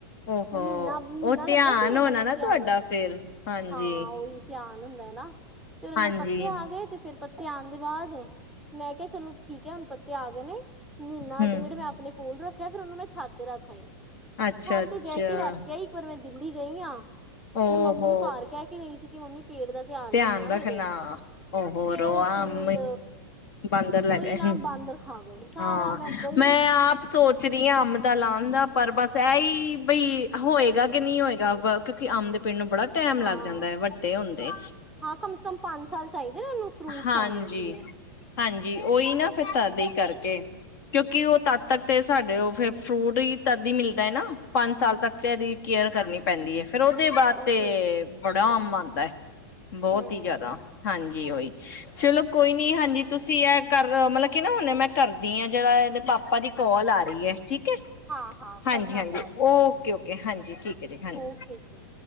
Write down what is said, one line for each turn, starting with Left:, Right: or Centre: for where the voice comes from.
Left: ਓਹੋ
Centre: ਮਹੀਨਾ ਮਹੀਨਾ
Left: ਉਹ ਧਿਆਨ
Centre: ਲੱਗਿਆ ਸੀ ਉਹਦੇ
Left: ਹੋਣਾ
Centre: ਪੱਤੇ
Left: ਨਾ ਤੁਹਾਡਾ
Centre: ਆਣ ਚ
Left: ਫੇਰ ਹਾਂਜੀ
Centre: ਹਾਂ ਉਹੀ ਧਿਆਨ ਹੁੰਦਾ। ਹੈ ਨਾ ਤੇ ਉਹਦੇ ਅੰਦਰ
Left: ਹਾਂਜੀ
Centre: ਪੱਤੇ ਆ ਗਏ ਤੇ। ਫੇਰ ਪੱਤੇ ਆਉਣ ਦੇ ਬਾਅਦ ਮੈਂ ਕਿਹਾ ਚਲੋ ਠੀਕ ਹੈ ਹੁਣ ਪੱਤੇ ਆ ਗਏ ਨੇ। ਮਹੀਨਾ
Left: ਹੂੰ
Centre: ਡੇਢ ਮੈਂ ਆਪਣੇ ਕੋਲ ਰੱਖ ਮੈਂ ਛੱਤ ਤੇ ਰੱਖ ਆਈ
Left: ਅੱਛਾ
Centre: ਛੱਤ
Left: ਅੱਛਾ
Centre: ਜੈਸੀ ਰੱਖ ਕੇ ਆ ਇੱਕ ਵਾਰ ਮੈਂ ਦਿੱਲੀ ਗਈ ਹਾਂ।
Left: ਹੋੋ
Centre: ਮੈਂ ਮੰਮੀ
Left: ਹੋ।
Centre: ਨੂੰ ਘਰ ਕਹਿ ਕੇ ਗਈ ਸੀ ਕਿ ਮੰਮੀ ਪੇਟ ਦਾ
Left: ਧਿਆਨ ਰੱਖਣਾ
Centre: ਮੇਰੇ
Left: ਹੋਰ
Centre: ਤੇ ਉਹ
Left: ਆਮ।
Centre: ਪੇੜ
Left: ਬਾਂਦਰ ਲੈ
Centre: ਉਹੀ
Left: ਗਏ
Centre: ਨਾ ਬਾਂਦਰ ਖਾ ਗਏ ਸਾਰਾ
Left: ਹਾਂ
Centre: ਗਈ
Left: ਮੈਂ ਆਪ ਸੋਚ। ਸਰੀਆਂ ਅੰਮ ਤਾਂ ਲਾਉਣ ਦਾ
Centre: ਹਮ
Left: ਪਰ ਬਸ ਇਹ ਹੀ। ਬਈ ਹੋਏਗਾ ਕਿ ਨਹੀਂ ਹੋਏਗਾ ਕਿਉਂਕਿ ਆਮ ਦੇ ਪਿੰਣ ਨੂੰ ਬੜਾ ਟੈਮ
Centre: ਹਾਂ
Left: ਲੱਗ ਜਾਂਦਾ ਹੈ ਵੱਡੇ ਹੁੰਣਦੇ।
Centre: ਹਾਂ ਕਮ ਸੇ ਕਮ ਪੰਜ ਸਾਲ ਚਾਹੀਦੇ ਉਹਨੂੰ ਫਰੂਟਸ
Left: ਹਾਂਜੀ
Centre: ਆਉਣ ਲਈ।
Left: ਹਾਂਜੀ ਉਹੀ ਨਾ ਫਿਰ ਤਰਦੀ ਕਰਕੇ ਕਿਉਂਕਿ ਉਹ ਤਦ ਤੱਕ ਤੇ ਸਾਡੇ ਉਹ ਫਿਰ ਫਰੂਟ ਹੀ। ਤਦੀ ਮਿਲਦਾ ਹੈ ਨਾ ਪੰਜ ਸਾਲ ਤੱਕ ਤੇ ਇਹਦੀ ਕੇਅਰ ਕਰਨੀ ਪੈਂਦੀ ਹੈ। ਫਿਰ ਉਹਦੇ ਬਾਅਦ
Centre: ਉਹਦੇ
Left: ਤੇ ਬੜਾ ਆਮ ਆਉਂਦਾ ਹੈ ਬਹੁਤ
Centre: ਹਮ
Left: ਹੀ ਜਿਆਦਾ ਹਾਂਜੀ। ਕੀ ਹੋਈ ਚਲੋ ਕੋਈ ਨੀ ਹਾਂਜੀ ਤੁਸੀਂ ਇਹ ਕਰ ਮਤਲਬ ਕੀ ਨਾ ਹੁਣੇ ਮੈਂ ਕਰਦੀ ਹਾਂ ਜਿਹੜਾ ਇਹਦੇ ਪਾਪਾ। ਆਪਾਂ ਦੀ ਕਾਲ ਆ ਰਹੀ ਹੈ ਠੀਕ ਹੈ।
Centre: ਹਾਂ ਹਾਂ
Left: ਹਾਂਜੀ
Centre: ਕਰਨਾ
Left: ਹਾਂਜੀ
Centre: ਕਾਲ ਤੁਸੀਂ
Left: ਓਕੇ
Centre: ਮੈਨੂੰ
Left: ਓਕੇ ਹਾਂਜੀ ਠੀਕ ਹੈ ਜੀ ਹਾਂਜੀ।
Centre: ਓਕੇ ਜੀ